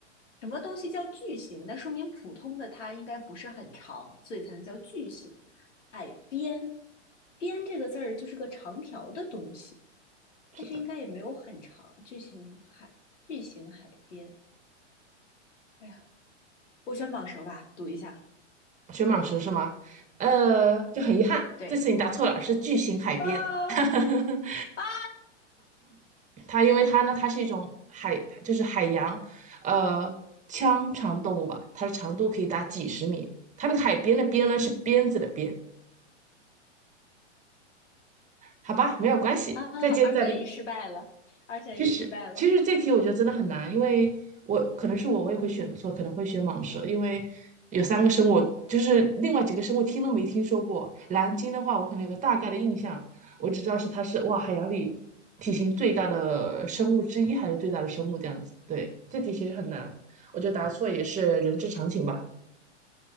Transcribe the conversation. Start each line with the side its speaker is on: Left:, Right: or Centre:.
Left: 什么东西叫巨型？那说明普通的它应该不是很长，所以才能叫巨型。海边，边这个字儿就是个长条的东西，但是应该也没有很长。
Right: 是的，
Left: 巨型海，巨型海边，哎呀，我选蟒蛇吧，赌一下。
Right: 雪蟒蛇是吗？呃，就很遗憾，
Left: 对，
Right: 这次你答错了，是巨型海边。
Left: <laughs> 啊
Right: <laughs>
Left: 啊！
Right: 它因为它呢，它是一种海，就是海洋，呃，腔肠动物吧，它的长度可以达几十米。它那个海边的边呢是鞭子的鞭，好吧，没有关系，
Left: 啊！
Right: 再接再厉。
Left: 二选一失败了，二选一失败了。
Right: 其实其实这题我觉得真的很难，因为我可能是我我也会选错，可能会选蟒蛇，因为有三个生物，就是另外几个生物听都没听说过。蓝鲸的话，我可能有个大概的印象，我只知道是它是哇海洋里体型最大的生物之一，还是最大的生物这样子。对，这题其实很难，我觉得答错也是人之常情吧。